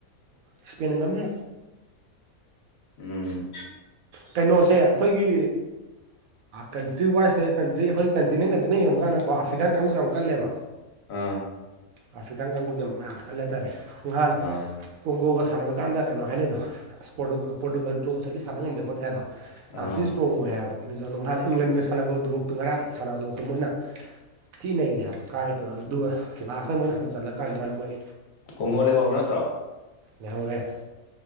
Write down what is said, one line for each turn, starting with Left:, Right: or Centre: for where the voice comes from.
Right: ꯏꯁꯄꯦꯟꯟꯅ ꯉꯝꯅꯦ
Left: ꯎꯝ
Right: ꯀꯩꯅꯣꯁꯦ ꯑꯩꯈꯣꯏꯒꯤ ꯀꯟꯇ꯭ꯔꯤ ꯋꯥꯏꯁꯇ ꯀꯟꯇ꯭ꯔꯤ ꯑꯩꯈꯣꯏ ꯀꯟꯇꯤꯅꯦꯟ ꯀꯟꯇꯤꯅ ꯌꯦꯡꯉꯛ ꯀꯥꯟꯅꯣ ꯑꯐ꯭ꯔꯤꯀꯥꯟ ꯀꯥꯡꯕꯨꯁꯨ ꯌꯥꯝ ꯀꯜꯂꯦꯕ
Left: ꯑꯥ
Right: ꯑꯥꯐ꯭ꯔꯤꯀꯥꯟ ꯀꯥꯡꯕꯨꯁꯦ ꯑꯃꯛ ꯌꯥꯝ ꯀꯟꯅ ꯂꯩ ꯍꯥꯏꯇꯥꯔꯦ ꯅꯍꯥꯟꯅ
Left: ꯑꯥ
Right: ꯀꯣꯡꯒꯣꯒ ꯁꯥꯟꯅꯕ ꯀꯥꯟꯗ ꯀꯩꯅꯣ ꯍꯥꯏꯅꯩꯗꯣ ꯑꯁꯇꯀ ꯄꯣꯔꯇꯨꯀꯜ ꯗ꯭ꯔꯣ ꯆꯠꯂꯤꯥꯟꯅ ꯉꯝꯗꯦ ꯈꯣꯠꯇꯦ ꯑꯗꯣ ꯌꯥꯝ
Left: ꯑꯥ
Right: ꯊꯤ ꯏꯁꯇ꯭ꯔꯣꯡ ꯑꯣꯏ ꯍꯥꯏꯕ ꯃꯤꯡꯗ ꯅꯥꯟ ꯏꯪꯂꯦꯟꯒ ꯁꯥꯟꯅꯕꯗꯨꯐ ꯉꯔꯥꯡ ꯁꯥꯟꯅꯕꯗꯨꯐꯛꯇ ꯃꯣꯏꯅ ꯊꯤꯅꯩꯅꯦ ꯍꯥꯏꯕ ꯀꯥꯏꯉꯦ ꯇ ꯑꯗꯨꯒ ꯂꯥꯁꯇ ꯃꯣꯏꯅ ꯍꯟꯆꯜꯂ ꯀꯥꯒꯤ ꯋꯥꯅ ꯃꯣꯏ
Left: ꯀꯣꯡꯒꯣꯜ ꯍ ꯍꯧꯔꯕ ꯅꯠꯇ꯭ꯔꯣ
Right: ꯅꯍꯧꯔꯦ